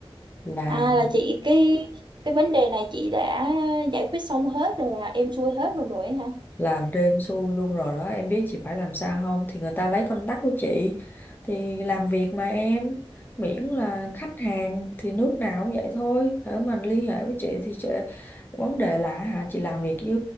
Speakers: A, on the left; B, on the right.
A: là
B: à là chị cái cái vấn đề này chị đã giải quyết xong hết rồi là em xuôi hết luôn rồi hả
A: làm cho em xui luôn rồi đó em biết chị phải làm sao không thì người ta lấy contact của chị thì làm việc mà em miễn là khách hàng thì nước nào cũng vậy thôi hễ mình liên hệ với chị thì chị vấn đề là hả chị làm việc với